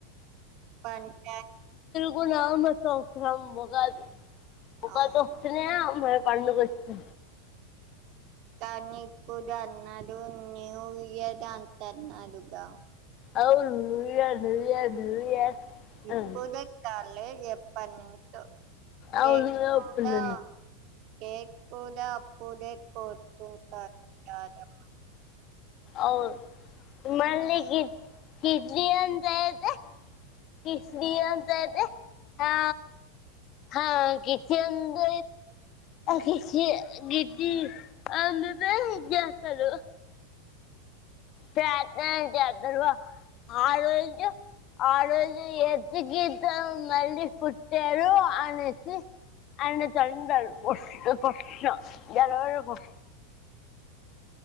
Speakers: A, on the right; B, on the left.
A: పంట
B: కున్నామ సంవత్సరం ఉగాది ఉగాది
A: అవునవును
B: వస్తనే పండుగొచ్చి
A: కానీ ఇప్పుడ అన్నాడు న్యూ ఇయర్ ద అంతన్నాడు ద్ద
B: అవును new year new year new year
A: ఇప్పుడే
B: అని.
A: కాలేజ్ ఎప్పటి నుంచో
B: అవును
A: కేక్
B: ఒప్పన్
A: కూడా కేక్ కుడా అప్పుడే కోతుతర్ రాధమ్మ
B: అవ్ మల్లి గి గిడ్లీ అంతఅయితే కిస్ీ అంత అయితే ఆ హా గిచంద్ ది గిది <unintelligible> పెద్ నాన చెత్తడు గ ఆ రోజు ఆ రోజు ఎదుగితే మళ్ళీ పుట్టే టరు అనేసి అన్న తొందారు <unintelligible>